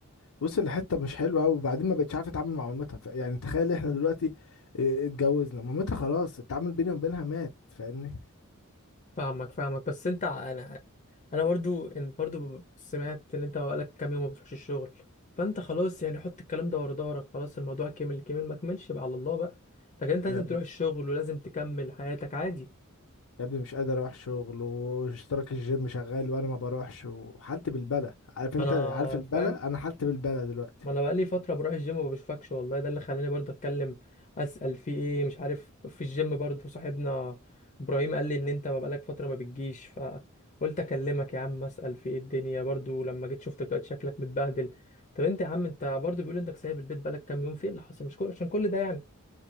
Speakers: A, on the left (about 80°); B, on the left (about 35°).
A: وصل لحته مش حلوه قوي وبعدين ما بقتش عارفه اتعامل مع مامتها ف... يعني تخيل احنا دلوقتي إيه، اتجوزنا مامتها خلاص التعامل بيني وبينها مات فاهمني
B: فاهمك فاهمك بس انت انا انا برضو انت برضو سمعت ان انت بقالك كام يوم ما بتروحش الشغل فانت خلاص يعني حط الكلام ده ورا ظهرك خلاص الموضوع كمل كمل ما كملش بقى على الله بقى لكن انت لازم
A: يا ابني
B: تروح الشغل ولازم تكمل حياتك عادي
A: يا ابني مش قادر اروح شغل واشتراك الجيم شغال وانا ما بروحش وحالتي بالبلة عارف انت
B: انا
A: عارف البلة
B: فاهم
A: انا حالتي بالبلة دلوقتي
B: ما انا بقالي فتره بروح الجيم وما بشوفكش والله ده اللي خلاني برضه اتكلم اسال في ايه مش عارف في الجيم برضه صاحبنا ابراهيم قال لي ان انت ما بقالك فتره ما بتجيش فقلت اكلمك يا عم اسال في ايه الدنيا برضه لما جيت شفتك دلوقتي شكلك متبهدل طب انت يا عم انت برضه بيقول انك سايب البيت بقالك كام يوم في ايه اللي حصل مش كل عشان كل ده يعني